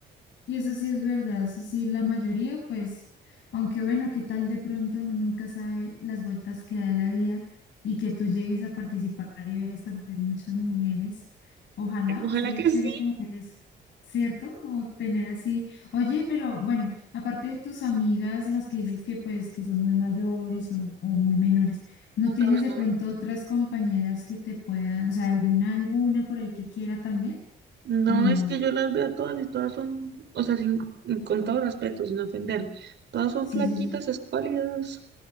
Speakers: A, on the left; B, on the right.
A: Y eso sí es verdad, eso sí, la mayoría, pues, aunque bueno, qué tal de pronto uno nunca sabe las vueltas que da la vida y que tú llegues a participar y veas tal vez muchas mujeres. Ojalá,
B: Ojalá
A: sería
B: que
A: chévere
B: sí.
A: como ver eso, ¿cierto? Como tener así, oye, pero bueno, aparte de tus amigas, las que dices que pues que son muy mayores o, o muy menores, ¿no tienes
B: Ajá.
A: de pronto otras compañeras que te puedan, o sea, alguna, alguna por ahí que quiera también
B: No
A: o ninguna?
B: es que yo las vea todas y todas son, o sea, sin- con todo respeto, sin ofender, todas son
A: Sí,
B: flaquitas,
A: sí, sí.
B: escuálidas.